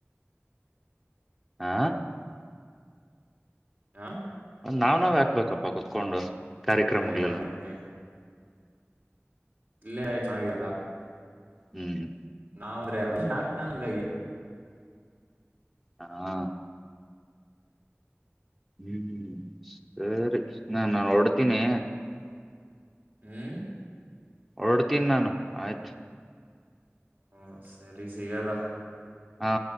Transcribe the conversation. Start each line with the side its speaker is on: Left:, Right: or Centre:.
Centre: ಆಾ
Right: ಹಾ
Centre: ನಾವು ನಾವವು ಯಾಕಬೇಕಪ್ಪ ಕುತ್ಕೊಂಡು ಕಾರ್ಯಕ್ರಮಗಳೆಲ್ಲ
Right: ಅದೇ ಮಾಡ್ಬೇಕುೇನು ಇಲ್ಲೇ ಆಯ್ತು ಹಾಗಲ್ಲ
Centre: ಹ್ಮ್ ಹ್ಮ್
Right: ನಾವಂದ್ರೆ ವರ್ಷಗ್ತಾನಲ್ಲ
Centre: ಹಾ ಹ್ಮ್ ಸರಿ ನಾ ನಾನು ಹೊಓಡ್ತೀನಿ
Right: ಹ್ಮ್
Centre: ಹೊೋಡ್ತೀನಿ ನಾನು ಆಯ್ತ್ು
Right: ಹ್ಮ ಸರಿ ಸಿಗದಾ
Centre: ಹಾ